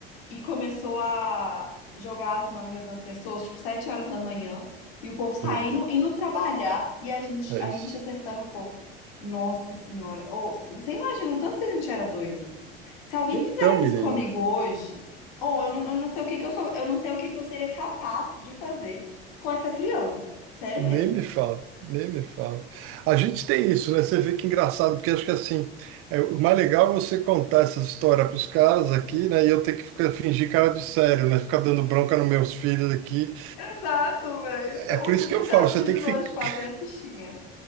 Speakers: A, on the left (about 65°); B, on the right (about 45°).
A: e começou a jogar as mangas nas pessoas, tipo, sete horas da manhã, e o povo saindo,
B: meu Deus,
A: indo trabalhar e a gente,
B: é
A: a
B: isso.
A: gente acertando o povo. Nossa Senhora, ô, você imagina o tanto que a gente era doido? Se alguém
B: Então,
A: fizesse
B: menino.
A: isso comigo hoje, ou eu não, eu não sei o que que eu sou, eu não sei o que que eu seria capaz de fazer com essa criança. Sério
B: Nem
A: mesmo.
B: me fala, nem me fala. A gente tem isso, né? Você vê que engraçado, porque acho que assim, é, o mais legal é você contar essas histórias para os caras aqui, né? E eu ter que ficar, fingir cara de sério, né? Ficar dando bronca nos meus filhos aqui.
A: Exato, velho.
B: É, é por
A: O,
B: isso
A: o que
B: que eu
A: seus
B: falo, você
A: filhos
B: tem que
A: hoje
B: ficar,
A: fazem é fichinha.